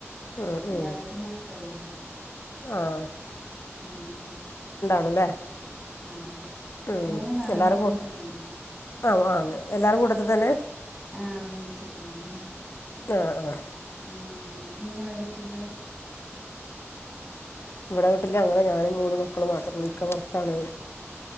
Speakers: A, on the left (about 60°); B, in the centre.
A: ഉം
B: എല്ലാർക്കും
A: ഉം
B: മക്കളുണ്ട്.
A: ആഹ്
B: ഉം
A: അല്ലെ
B: ആഹ്
A: ഉം
B: മൂന്നാണ്
A: എല്ലാർക്കുണ്ട്
B: രണ്ട് പെണ്ണും
A: ആഹ് ആഹ് എല്ലാരും കൂട്ടത്തിൽ തന്നെയാ.
B: ആഹ് ഒന്നിച്ചിട്ട് തന്നെയാ.
A: ആഹ് ആഹ്
B: ആഹ് നിങ്ങളെ വീട്ടിലോ.
A: ഇവിടെ വീട്ടില് ഞങ്ങള് ഞാനും മൂന്ന് മക്കളും മാത്രയുള്ളൂ, ഇക്ക പുറത്താണ്.